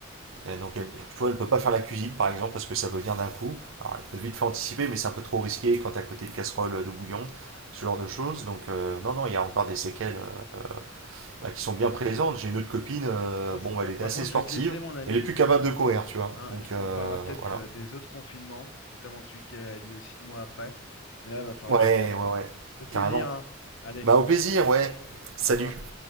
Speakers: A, on the right; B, on the left.
A: Et donc, elle, tu vois, elle ne peut pas faire la cuisine, par exemple, parce que ça peut venir d'un coup. Alors, elle peut vite faire anticiper, mais c'est un peu trop risqué quand t'es à côté de casserole de bouillon, ce genre de choses. Donc, euh, non, non, il y a encore des séquelles euh, bah, qui sont bien présentes. J'ai une autre copine, euh,
B: Non,
A: bon,
B: c'est ça.
A: elle était
B: Par
A: assez
B: contre,
A: sportive,
B: je vais te laisser, mon ami.
A: elle est plus capable de courir, tu vois.
B: hein.
A: Donc,
B: Je-
A: euh,
B: on parlera peut-être
A: voilà.
B: euh, des autres confinements, notamment celui qui a lieu six mois après. Mais là, va falloir
A: Ouais,
B: que j'y aille.
A: ouais, ouais.
B: Au plaisir.
A: Carrément.
B: hein. Allez,
A: Bah, au plaisir, ouais. Salut.
B: au revoir.